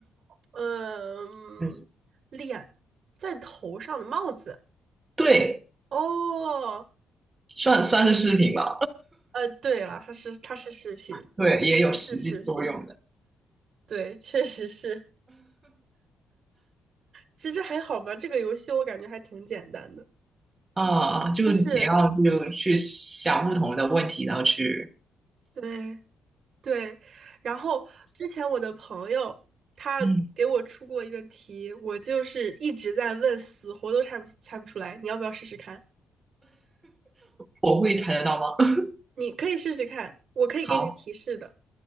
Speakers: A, on the right; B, on the right.
A: 嗯，
B: <laughs>
A: 脸在头上的帽子。
B: 对，
A: 哦，
B: 算算是饰品吧，
A: 呃，对了，它是它是饰品，
B: <laughs> 对，也有实际作用的
A: 它是饰品，对，确实是。其实还好吧，这个游戏我感觉还挺简单的，
B: 啊，就你要就去想不同的问题，
A: 就是
B: 然后去
A: 对对。然后之前我的朋友他给我出过一个题，
B: 嗯，
A: 我就是一直在问，死活都猜不猜不出来。你要不要试试看？
B: 我会猜得到吗？
A: 你可以试试看，我可以给你提示的。
B: <laughs> 好